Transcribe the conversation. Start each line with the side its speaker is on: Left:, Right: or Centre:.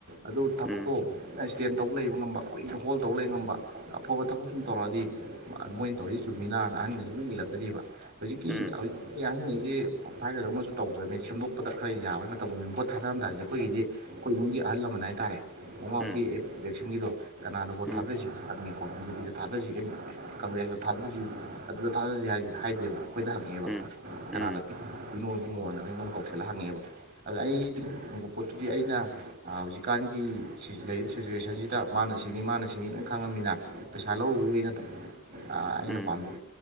Right: ꯑꯗꯨ ꯊꯕꯛꯇꯣ
Centre: ꯎꯝ
Right: ꯏꯁ꯭ꯇꯦꯟ ꯇꯧ ꯂꯩꯕ ꯉꯝꯕ ꯀꯨꯏꯅ ꯍꯣꯜ ꯇꯧ ꯂꯩ ꯉꯝꯕ꯫ ꯑꯐꯕ ꯊꯕꯛ ꯁꯨꯝ ꯇꯧꯔꯛꯑꯗꯤ ꯃꯣꯏꯅ ꯇꯧꯔꯤ ꯆꯨꯝꯃꯤꯅꯥꯅ ꯑꯍꯟꯒꯩꯖꯤ ꯎꯝ ꯏꯜꯂꯛꯀꯅꯤꯕ꯫ ꯍꯧꯖꯤꯛꯀꯤ
Centre: ꯎꯝ
Right: ꯍꯧ ꯀꯤ ꯑꯍꯪꯉꯩꯖꯤ ꯊꯥꯏꯅꯗꯧꯅꯁꯨ ꯇꯧꯗ꯭ꯔꯅꯦ ꯁꯦꯝꯗꯣꯛꯄꯗ ꯈꯔ ꯌꯥꯕꯩ ꯃꯇꯝꯒꯨꯝꯅꯤ ꯚꯣꯠ ꯊꯥꯗꯔꯝꯗꯥꯏꯖꯦ ꯑꯩꯈꯣꯏꯒꯤꯗꯤ ꯈꯣꯏ ꯏꯃꯨꯡꯒꯤ ꯑꯍꯜ ꯂꯃꯟ ꯍꯥꯏꯇꯥꯔꯦ ꯃꯃꯥꯡꯀꯤ
Centre: ꯎꯝ
Right: ꯑꯦꯞꯂꯦꯛꯁꯟꯒꯤꯗꫭ꯫ ꯀꯅꯥꯗ ꯕꯣꯠ
Centre: ꯎꯝ
Right: ꯊꯥꯗꯁꯤ <inaudible> ꯕꯤ ꯖꯦ ꯄꯤ ꯗ ꯊꯥꯗꯖꯤ ꯑꯦꯝ ꯀꯪꯒ꯭ꯔꯦꯁꯇ ꯊꯥꯗꯖꯤ ꯑꯗꯨꯗ ꯊꯥꯗꯖꯦ ꯍꯥꯏ ꯍꯥꯏꯗꯦꯕ꯫ ꯇꯥ ꯍꯪꯉꯛꯑꯦꯕ
Centre: ꯎꯝ ꯎꯝ
Right: ꯀꯅꯥꯗ
Centre: ꯎꯝ ꯎꯝ
Right: ꯎꯅꯣ ꯏꯕꯨꯡꯉꯣꯅ ꯑꯩꯉꯣꯟꯗ ꯀꯧꯁꯤꯜꯂ ꯍꯪꯉꯛꯑꯦꯕ꯫ ꯑꯥꯗ ꯑꯩꯗꯤ ꯄꯣꯠꯇꯨꯗꯤ ꯑꯩꯅ ꯑꯥ ꯍꯧꯖꯤꯛꯀꯥꯟꯒꯤ ꯁꯤ ꯂꯩꯔꯤꯕ ꯁꯤꯆꯨꯋꯦꯁꯟꯁꯤꯗ ꯃꯥꯅ ꯁꯤꯅꯤ ꯃꯥꯅ ꯁꯤꯅꯤ ꯂꯣꯏ ꯈꯪꯉꯝꯃꯤꯅ ꯄꯩꯁꯥ ꯂꯧꯔꯨꯕꯩ ꯅꯠꯇꯕ ꯑꯥ ꯑꯩꯅ
Centre: ꯎꯝ ꯎꯝ
Right: ꯄꯥꯝ